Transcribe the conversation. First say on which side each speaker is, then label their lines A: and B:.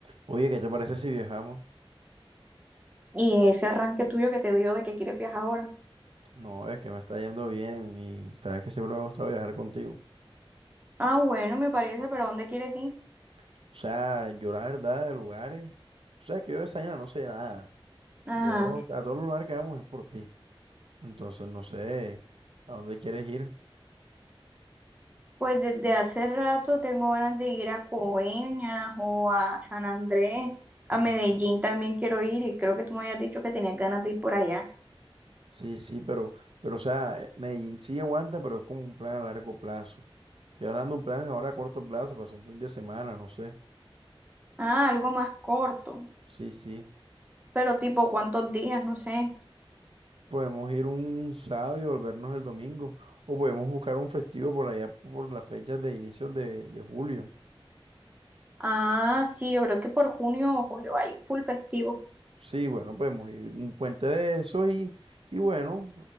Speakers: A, on the right; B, on the right.
A: Oye, ¿qué te parece si viajamos?
B: Y ese arranque tuyo que te dio de que quieres viajar ahora.
A: No, es que me está yendo bien y sabes que siempre me ha gustado viajar contigo.
B: Ah, bueno, me parece, pero ¿a dónde quieres ir?
A: O sea, yo la verdad de lugares, o sea, que yo de esa vaina no sé nada.
B: Ajá.
A: Yo a todos los lugares que vamos es por ti. Entonces no sé a dónde quieres ir.
B: Pues desde hace rato tengo ganas de ir a Coveñas o a San Andrés. A
A: Mm,
B: Medellín también quiero ir y creo que tú me habías dicho que tenías ganas de ir por allá.
A: sí, sí, pero, pero o sea, eh, Medellín sí aguanta, pero es como un plan a largo plazo. Estoy hablando de un plan ahora a corto plazo, para hacer un fin de semana, no sé.
B: Ah, algo más corto.
A: Sí, sí.
B: Pero tipo, ¿cuántos días? No sé.
A: Podemos ir un sábado y volvernos el domingo. O podemos buscar un festivo por allá por las fechas de inicios de, de julio.
B: Ah, sí, yo creo que por junio o julio hay full festivo.
A: Sí, bueno, podemos ir un puente de eso y, y bueno,